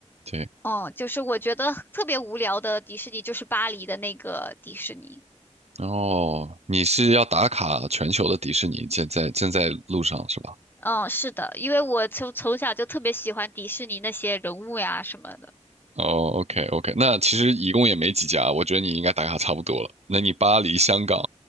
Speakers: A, on the right; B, on the left.
A: 对。
B: 嗯，就是我觉得特别无聊的迪士尼就是巴黎的那个迪士尼。
A: 哦，你是要打卡全球的迪士尼，现在正在路上是吧？
B: 嗯，是的，因为我从从小就特别喜欢迪士尼那些人物呀什么的。
A: 哦，OK OK，那其实一共也没几家，我觉得你应该打卡差不多了。那你巴黎、香港，